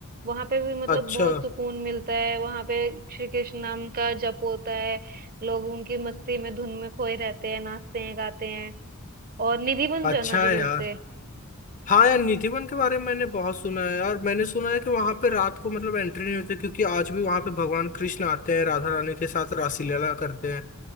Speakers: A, on the right; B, on the left.
A: वहां पे भी मतलब
B: अच्छा
A: बहुत सुकून मिलता है वहां पे श्री कृष्ण नाम का जप होता है लोग उनकी मस्ती में धुन में खोए रहते हैं नाचते हैं गाते हैं और निधि वन जाना
B: अच्छा
A: जरूर
B: है यार
A: से
B: हाँ यार निधिवन के बारे में मैंने बहुत सुना है यार मैंने सुना है कि वहां पे रात को मतलब एंट्री नहीं होती क्योंकि आज भी वहां पे भगवान कृष्ण आते हैं राधा रानी के साथ रासलीला करते हैं